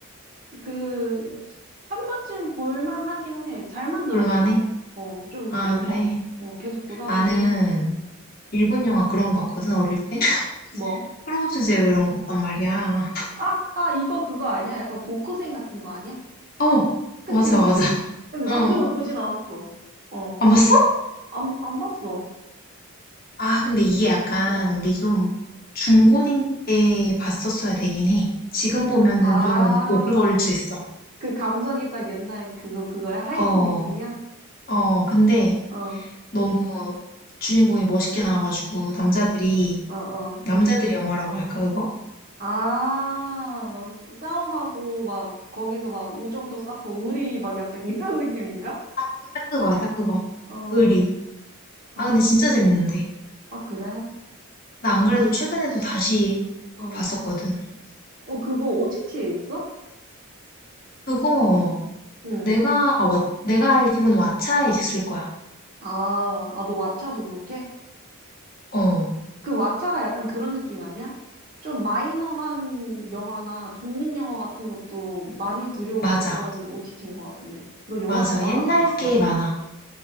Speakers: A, on the right (about 40°); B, on the left (about 40°).
A: 그, 한 번쯤 볼만 하기는 해. 잘 만들었어.
B: 볼만해?
A: 어, 좀
B: 아,
A: 슬퍼.
B: 그래.
A: 어, 계속 보다
B: 나는
A: 보면은, 음,
B: 일본 영화 그런 거 봤거든, 어릴 때. <laughs>
A: 뭐?
B: 크로즈 제로 이런 거 봤단 말이야.
A: 아, 아, 이거 그거 아니야? 약간 고쿠생 같은 거 아니야?
B: 어,
A: 그치,
B: 맞아,
A: 그치.
B: 맞아.
A: 근데
B: 어.
A: 나도 <laughs> 보진 않았어. 어,
B: 안 봤어?
A: 안, 안 봤어.
B: 아, 근데 이게 약간
A: 어.
B: 우리 좀 중고딩 때 봤었어야 되긴 해. 지금 보면은
A: 아,
B: 좀 오글거릴 수 있어.
A: 그 감성이 딱 옛날 그거, 그거야? 하이틴
B: 어,
A: 느낌이야?
B: 어, 근데
A: 어, 어,
B: 너무 주인공이 멋있게 나와가지고 남자들이,
A: 어.
B: 남자들의 영화라고 할까, 그거?
A: 아, 막 싸움하고, 막, 거기서 막 우정도 쌓고, 의리, 막 약간 이런 <laughs> 느낌인가?
B: 딱, 그- 딱 그거야, 딱 그거.
A: 어,
B: 의리.
A: 아,
B: 아, 근데 진짜 재밌는데.
A: 아, 그래?
B: 나 안
A: 아,
B: 그래도 최근에도 다시
A: 어.
B: 봤었거든.
A: 어, 그거 OTT에 있어?
B: 그거
A: 응.
B: 내가, 아, 왓- 내가 알기로는 왓챠에 있을 거야.
A: 아, 아, 너 왓챠도 구독해?
B: 어,
A: 그 왓챠가 약간 그런 느낌 아니야? 좀 마이너한 영화나 독립영화 같은 것도 많이 들여오는
B: 맞아.
A: 그런 OTT인 것 같은데. 너 영화
B: 맞아.
A: 좋아하나
B: 옛날
A: 보다.
B: 게 많아.